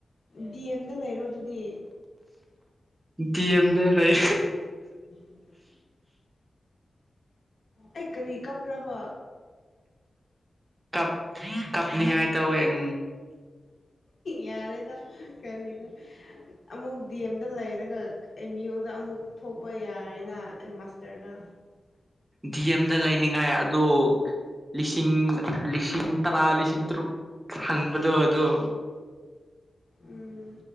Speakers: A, on the left; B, on the right.
A: ꯗꯤ ꯑꯦꯝꯗ ꯂꯩꯔꯣ ꯗꯨꯗꯤ
B: ꯗꯤ ꯑꯦꯝꯗ ꯂꯩ
A: inaudible ꯑꯩ ꯀꯔꯤ ꯀꯞꯄ꯭ꯔꯥꯕ
B: ꯀꯞ ꯀꯞꯅꯤꯡꯉꯥꯏ ꯇꯧꯋꯦ ꯎ
A: ꯌꯥꯔꯦꯗ ꯀꯔꯤꯅꯣ ꯑꯃꯨꯛ ꯗꯤ ꯑꯦꯝꯗ ꯂꯩꯔꯒ ꯑꯦꯝ ꯌꯨꯗ ꯑꯃꯨꯛ ꯊꯣꯛꯄ ꯌꯥꯔꯦꯅ ꯃꯥꯁꯇꯔꯗ
B: ꯗꯤ ꯑꯦꯝꯗ ꯂꯩꯅꯤꯡꯉꯥꯏ ꯑꯗꯣ ꯂꯤꯁꯤꯡ ꯂꯤꯁꯤꯡ ꯇꯔꯥ ꯂꯤꯁꯤꯇ꯭ꯔꯨꯛ ꯍꯪꯕꯗꯣ ꯑꯗꯨ
A: ꯎꯝ